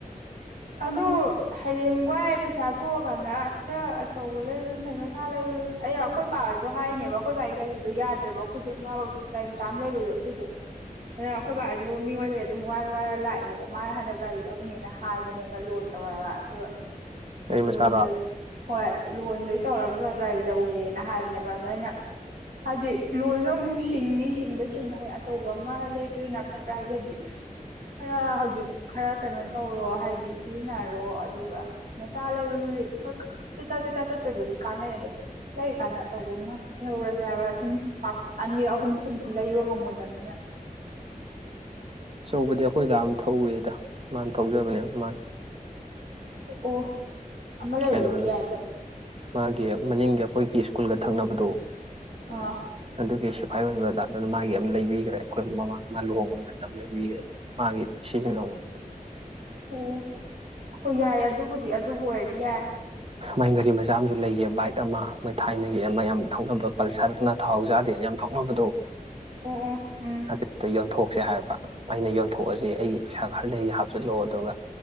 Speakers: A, on the right; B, on the right.
A: ꯑꯗꯨ ꯍꯌꯦꯡ ꯋꯥꯏ ꯄꯩꯁꯥ ꯊꯣꯛꯑ ꯗꯨꯀꯥꯟꯗ ꯈꯔ ꯑꯆꯧꯕ ꯂꯩꯕꯅꯤ ꯐꯩ ꯃꯆꯥ ꯂꯩꯕ ꯑꯩ ꯑꯩꯈꯣꯏ ꯄꯥꯁꯨ ꯍꯥꯏꯅꯦꯕ ꯑꯩꯈꯣꯏ ꯄꯕꯥꯒꯤ ꯒꯥꯔꯤꯗꯣ ꯌꯥꯗ꯭ꯔꯦꯕ ꯑꯩꯈꯣꯏꯁꯨ ꯑꯃ ꯒꯥꯔꯤ ꯃꯆꯥꯥꯝ ꯂꯩꯕꯗꯣ ꯑꯗꯨꯗꯣ ꯑꯗꯨ ꯑꯩꯈꯣꯏ ꯕꯥꯁꯨ ꯃꯤꯉꯣꯟꯗ ꯑꯗꯨꯝ ꯋꯥꯏꯔ ꯋꯥꯏꯔ ꯂꯥꯛꯑꯦꯕꯀꯣ ꯃꯥꯅ ꯍꯟꯗꯛ ꯒꯥꯔꯤ ꯂꯧꯅꯦꯅ ꯍꯥꯏꯕꯅꯦꯕ ꯂꯣꯟ ꯇꯧꯔꯒ ꯑꯗꯨꯒ
B: ꯒꯥꯔꯤ
A: ꯂꯣꯟꯗꯩ
B: ꯃꯆꯥꯔꯣ
A: ꯍꯣꯏ ꯂꯣꯟꯗꯩ ꯇꯧꯔꯒ ꯒꯥꯔꯤ ꯂꯧꯧꯕ ꯑꯦꯅ ꯍꯥꯏꯕꯅꯦꯕ ꯑꯗꯣ ꯑꯩꯅ ꯍꯥꯏꯗꯤ ꯂꯣꯟꯁꯨ ꯑꯃꯨꯛ ꯁꯤꯡꯅꯤ ꯁꯤꯡꯕꯩ ꯁꯤꯡꯕ ꯍꯥꯏ ꯑꯆꯧꯕ ꯑꯃ ꯂꯩꯕꯗꯨꯅꯀꯠꯇ꯭ꯔꯥ ꯍꯥꯏꯗꯤ ꯍꯥꯏꯗꯤ ꯈꯔ ꯍꯧꯖꯤꯛ ꯈꯔ ꯀꯩꯅꯣ ꯇꯧꯔꯣ ꯍꯥꯏꯗꯤ ꯁꯤꯖꯤꯟꯅꯔꯣ ꯑꯗꯨꯒ ꯃꯆꯥ ꯂꯩꯕꯗꯨꯗꯤ ꯍꯣꯏ ꯆ ꯆꯥ ꯆꯠ ꯆꯥ ꯆꯠꯄꯩꯕꯨꯗꯤ ꯀꯥꯟꯅꯩ ꯑꯗꯣ ꯂꯩꯔꯤꯀꯥꯟꯗ ꯑꯆꯧꯕ ꯑꯃ ꯂꯩꯍꯧꯔꯁꯦ ꯍꯥꯏꯕ ꯁꯨꯝ ꯑꯅꯤꯔ ꯑꯍꯨꯝ ꯁꯨꯝ ꯂꯩꯕ ꯉꯝꯃꯣꯏꯗꯕꯅꯤꯅ
B: <inaudible> ꯑꯆꯧꯕꯗꯤ ꯑꯩꯈꯣꯏꯗꯗꯥ ꯑꯃꯝ ꯊꯧꯋꯦꯗ ꯃꯥꯅ ꯊꯧꯖꯕꯅꯦꯕ ꯃꯥꯁ
A: ꯑꯣ ꯑꯣ ꯑꯃ ꯂꯩꯔꯕꯗꯤ
B: ꯀꯩꯅꯣꯅ
A: ꯌꯥꯏꯗ
B: ꯃꯥꯒꯤ ꯃꯅꯤꯡꯒꯤ ꯑꯩꯈꯣꯏꯒꯤ ꯁ꯭ꯀꯨꯜꯒ ꯊꯪꯅꯕꯗꯨ
A: ꯑꯥ
B: ꯑꯗꯨꯒꯤ ꯎꯥꯏ ꯑꯣꯏꯕꯗ ꯑꯗꯨꯅ ꯃꯥꯒꯤ ꯑꯃ ꯂꯩꯕꯤꯈ꯭ꯔꯦ ꯑꯩꯈꯣꯏ ꯃꯃꯥꯡ ꯃꯥ ꯂꯨꯍꯉꯅꯤ ꯂꯩꯕꯤꯈ꯭ꯔꯦ ꯃꯥꯒꯤ ꯁꯤꯖꯤꯟꯅꯧꯅꯤ
A: ꯑꯣ ꯍꯣꯏ ꯌꯥꯏ ꯑꯗꯨꯕꯨꯗꯤ ꯑꯗꯨꯕꯨ ꯑꯣꯏꯔꯗꯤ ꯌꯥꯏ
B: ꯃꯥꯏ ꯒꯥꯔꯤ ꯃꯆꯥ ꯑꯃꯁꯨ ꯂꯩꯒ ꯕꯥꯏꯛ ꯑꯃ ꯃꯣꯏ ꯊꯥꯏꯅꯒꯤ ꯑꯃ ꯌꯥꯝ ꯊꯧꯅꯕ ꯄꯜꯁꯔꯅ ꯊꯍꯥꯎ ꯆꯥꯗꯦꯅ ꯌꯥꯝ ꯊꯣꯛꯅꯕꯗꯣ
A: ꯑꯣ ꯑꯣ ꯎꯝ
B: ꯍꯗꯛꯇ ꯌꯟꯊꯣꯛ ꯀꯛꯁꯦ ꯍꯥꯏꯕ ꯑꯩꯅ ꯌꯣꯟꯊꯣꯛꯑꯁꯦ ꯑꯩꯒꯤ ꯄꯩꯁꯥ ꯈꯔꯗ ꯍꯥꯞꯆꯤꯜꯂꯛꯑꯣ ꯑꯗꯨꯒ